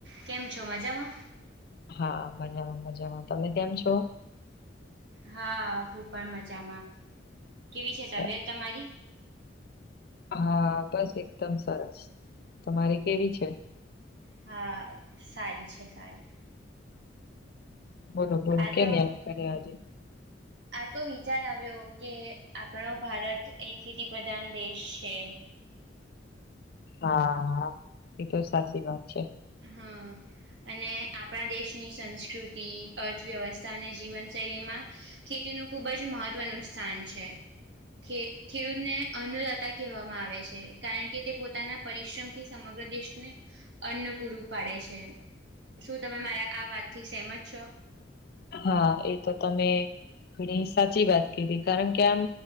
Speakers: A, on the right; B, on the left.
A: કેમ છો મજામાં.
B: હા મજામાં મજામાં તમે કેમ છો.
A: હા હું પણ મજામાં કેવી છે તબિયત
B: સ-
A: તમારી
B: હા બસ એકદમ સરસ તમારી કેવી છે.
A: હા સારી છે સારી.
B: બોલો બોલો
A: આ
B: કેમ
A: તો
B: યાદ કર્યા આજે.
A: આ તો વિચાર આવ્યો કે આપણો ભારત એ ખેતી પ્રધાન દેશ છે.
B: હા હા એતો સાચી વાત છે.
A: હમ. અને આપણા દેશની સંસ્કૃતિ અર્થવ્યવસ્થા અને જીવનશૈલીમાં ખેતીનું ખુબ જ મહત્વનું સ્થાન છે. ખે ખેડૂતને અન્નદાતા કહેવામાં આવે છે કારણ કે તે પોતાના પરિશ્રમ થી સમગ પ્રદેશને અન્ન પૂરું પાડે છે. શું તમે મારા આ વાતથી સહેમજ છો.
B: હા એ તો તમે ઘણી સાચી વાત કીધી કારણ કે આમ